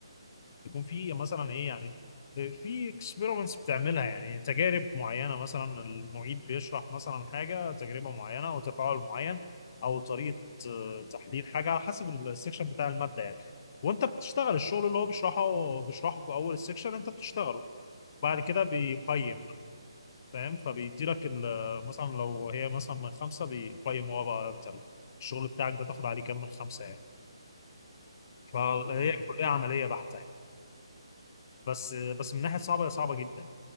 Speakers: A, on the left; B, on the right.
A: يكون في مثلا ايه يعني في اكسبيرمنتس بتعملها يعني تجارب معينه مثلا المعيد بيشرح مثلا حاجه تجربه معينه او تفاعل معين او طريقه آه، تحليل حاجه على حسب السكشن بتاع الماده يعني وانت بتشتغل الشغل اللي هو بيشرحه بيشرحه في اول السكشن انت بتشتغله بعد كده بيقيم
B: تمام
A: فاهم فبيدي لك مثلا لو هي مثلا من خمسه بيقيم هو بقى انت الشغل بتاعك ده تاخد عليه كام من خمسه يعني فهي
B: فهمتك
A: كليه
B: تمام
A: عمليه بحته يعني بس آه، بس من ناحيه صعبه هي صعبه جدا